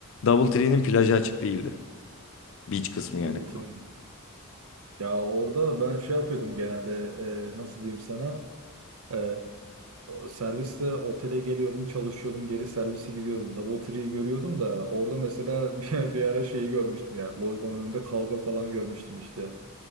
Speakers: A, on the left; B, on the right.
A: Double Tree'nin plajı açık değildi. Beach kısmı yani.
B: double team'im. Ya orada ben şey yapıyordum genelde e, nasıl diyeyim sana? Ee, serviste otele geliyordum, çalışıyordum, geri servise gidiyordum. DoubleTree'yi görüyordum da orada mesela <laughs> bir, bir ara şeyi görmüştüm yani. Lojmanın önünde kavga falan görmüştüm işte.